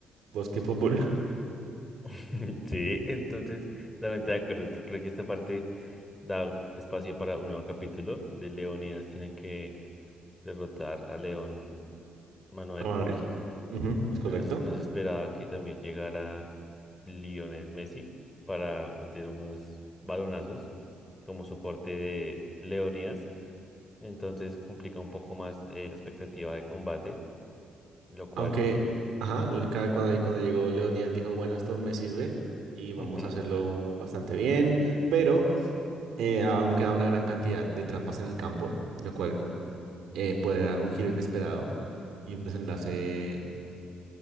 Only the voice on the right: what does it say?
Bosque Popular.
<laughs>
A Manuel. Ujú, es correcto.
Aunque, ajá, le- cada- cuando, ahí- cuando llegó Leonidas dijo, bueno, esto me sirve y vamos
a hacerlo bastante bien, pero eh, aún queda una gran cantidad de trampas en el campo, lo cual eh, puede dar un giro inesperado y un desenlace